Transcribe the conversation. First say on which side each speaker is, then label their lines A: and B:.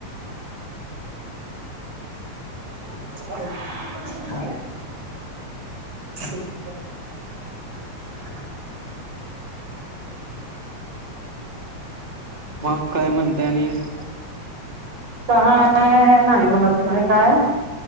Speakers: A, on the right; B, on the right.
A: <inaudible>
B: मग काय म्हणताय आणिक
A: काय नाही म्हणतं नाही काय